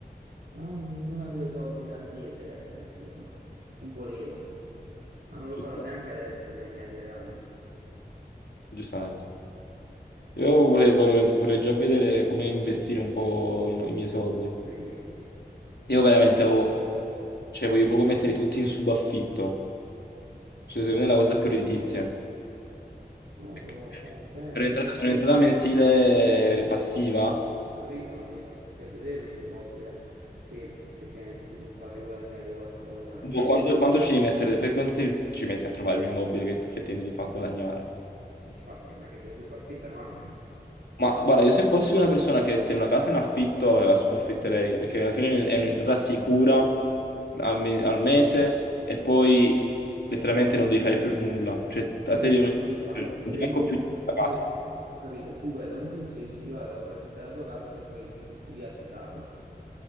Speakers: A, on the right; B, on the left.
A: Ma non, non avevo soldi da chiedere, cioè, insomma. Non volevo. Ma non lo
B: giusto?
A: farò neanche adesso che mi arriveranno.
B: Giustamente. Io vorrei, vorrei- vorrei già vedere come investire un po' i, no-, i miei soldi.
A: Pure io.
B: Io veramente ho, cioè, voglio proprio metterli tutti in subaffitto. Cioè, secondo me è la cosa più redditizia.
A: Non lo
B: Perché
A: so, dai, dipende.
B: Un'entrata un'entrata mensile passiva.
A: Ho capito, ma devi metterti a vedere un immobile che effettivamente ti può far riguadagnare qualcosa,
B: Boh, Quanto, quanto ci devi mettere? Per quanto ti- ci metti a trovare un immobile che effettivamente ti fa guadagnare?
A: che ti fa, che- ma che te lo subaffittano anche.
B: Ma guarda, io se fossi una persona che tiene una casa in affitto, la subaffitterei, perché alla fine è un'entrata sicura al, me- al mese e poi letteralmente non devi fare più nulla. Cioè,
A: Ho
B: a
A: capito,
B: te devono-
A: ma tu che fai? Tu
B: non
A: prendi
B: ti manco
A: questa,
B: più la
A: tu
B: casa.
A: pre- ho capito, tu vai da un tizio e gli dici guarda, vorrei affittare la tua casa per poi risu- riaffittarla.